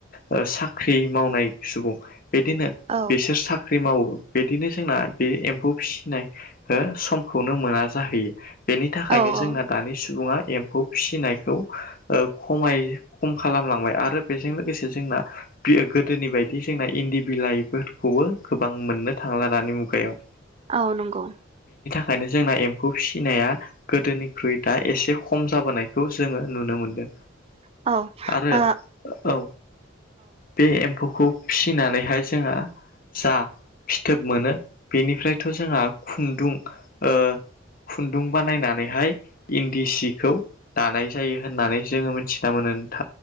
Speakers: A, on the left; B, on the right.
A: ओ साख्रि मावनाय सुबुं बिदिनो
B: औ
A: बिसोर साख्रि मावो बिदिनो जोंना बे एम्फौ फिसिनाय ओ समखौनो मोना जाहैयो बेनि थाखायनो
B: औ
A: जोंहा दानि सुबुंङा एम्फौ फिसिनायखौ ओ खमाय खम खालामलांबाय आरो बेजों लोगोसे जोंना बियो गोदोनि बायदि जोंना इन्दि बिलाइफोरखौबो गोबां मोननो थांला दानि मुगायाव
B: औ नोंगौ
A: ओंखायनो जोंना एम्फौ फिसिनाया गोदोनिख्रुइ दा एसे खम जाबोनायखौ जोंङो नुनो मोनदों
B: औ
A: आरो
B: आ
A: औ बे एम्फौखौ फिसिनानैहाय जोंङो जा फिथोब मोनो बेनिफ्रायथ जोंहा खुन्दुं ओ खुन्दुं बानायनानैहाय इन्दि सिखौ दानाय जायो होननानै नो मिथिना मोनो नोंथां